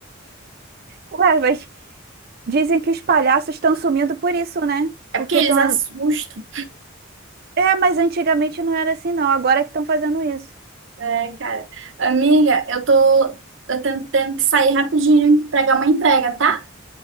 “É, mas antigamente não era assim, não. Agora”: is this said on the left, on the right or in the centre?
Right